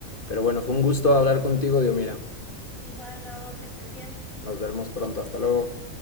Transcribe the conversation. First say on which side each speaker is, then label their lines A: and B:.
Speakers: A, on the left; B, on the left.
A: Pero bueno, fue un gusto hablar contigo, Dios mira.
B: Igual, Gabo, que estés bien.
A: Nos veremos pronto, hasta luego.